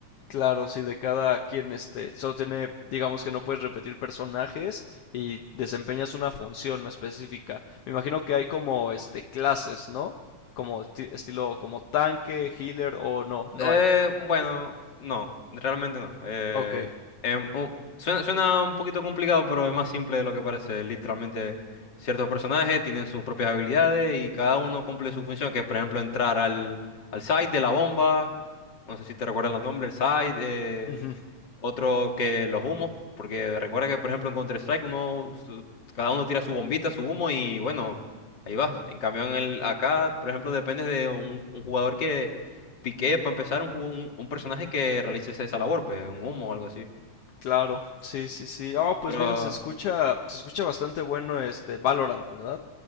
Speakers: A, on the left; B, on the left.
A: Claro, sí, de cada quien, este, solo tiene, digamos que no puedes repetir personajes y desempeñas una función no específica. Me imagino que hay como, este, clases, ¿no? Como esti- estilo, como tanque, healer o no, no
B: Eh,
A: hay.
B: bueno, no, realmente no. Eh,
A: Ok.
B: em, u- suena, suena un poquito complicado, pero es más simple de lo que parece. Literalmente, ciertos personajes tienen sus propias habilidades y cada uno cumple su función, que es, por ejemplo, entrar al, al site de la bomba. No sé si te recuerdas los nombres, el site. eh,
A: <laughs>
B: otro que los humos, porque recuerda que, por ejemplo, en Counter-Strike uno, su- cada uno tira su bombita, su humo y bueno, ahí vas. En cambio, en el, acá, por ejemplo, depende de un, un jugador que pique para empezar un, jugo- un, un personaje que realice esa esa labor, pues un humo o algo así.
A: Claro, sí, sí, sí. Oh, pues
B: Pero
A: mira, se escucha, se escucha bastante bueno este Valorant, ¿verdad?